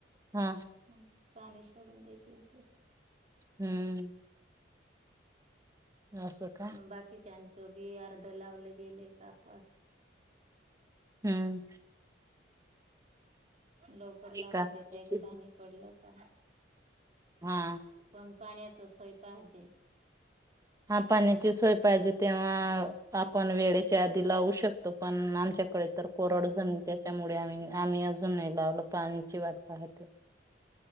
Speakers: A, on the right; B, on the right.
A: हा
B: मग पाणी सोडून देतील ते.
A: हम्म. असं का
B: बाकीच्याचं बी अर्ध लावले गेले कापस.
A: हम्म.
B: लवकर लावून
A: ठीक आहे
B: देेत एक पाणी पडलं का.
A: हा
B: पण पाण्याच सोय पाहिजे.
A: हा पाण्याची सोय पाहिजे तेव्हा. आपण वेळेच्या आधी लावू शकतो पण आमच्याकडे तर कोरड
B: हम्म
A: जमीन त्याच्यामुळे आम्ही आम्ही अजून नाही लावल पाण्याची वाट पाहतो.